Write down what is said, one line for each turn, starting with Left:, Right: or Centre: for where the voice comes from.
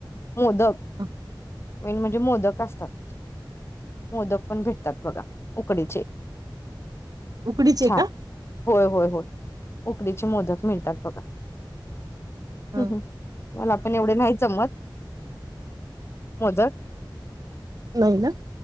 Left: मोदक
Right: ह
Left: मेन म्हणजे मोदक असतात मोदक पण भेटतात बघा उकडीचे
Right: उकडीचे
Left: छान
Right: का
Left: होय होय होय उकडीचे मोदक मिळतात बघा.
Right: ह
Left: हम् हम् मला पण एवढे नाही जमत मोदक
Right: नाही ना